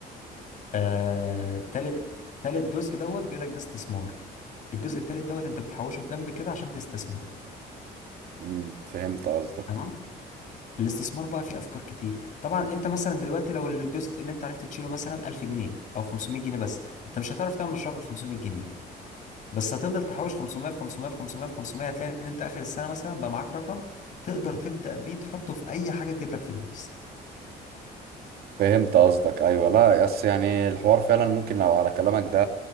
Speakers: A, on the left; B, on the right.
A: آه تالت تالت جزء دوت بيقول لك ده استثمار الجزء التالت دوت انت بتحوشه في جنب كده عشان تستثمره
B: مم، فهمت قصدك
A: تمام الاستثمار بقى فيه افكار كتير طبعا انت مثلا دلوقتي لو الجزء اللي انت عرفت تشيله مثلا 1000 جنيه او 500 جنيه بس انت مش هتعرف تعمل مشروع بال 500 جنيه بس هتفضل تحوش 500 في 500 في 500 في 500 هتلاقي ان انت اخر السنه مثلا بقى معاك رقم تقدر تبدا بيه تحطه في اي حاجه تجيب لك فلوس
B: فهمت قصدك أيوة لا بس يعني الحوار فعلا ممكن لو على كلامك ده